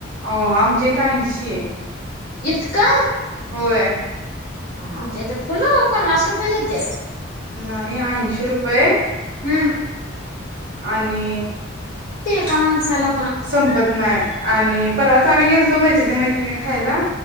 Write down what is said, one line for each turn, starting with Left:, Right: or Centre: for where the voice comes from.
Right: हो आमचे त ऐंशी
Left: इत का
Right: होय
Left: हा जे तर फुलं पन्नास रुपये देते
Right: नाही ऐंशी रुपये
Left: हम्म
Right: आणि
Left: काण झाला
Right: संपत नाही आणि परवाच आम्ही गेल हो मायत मा खायला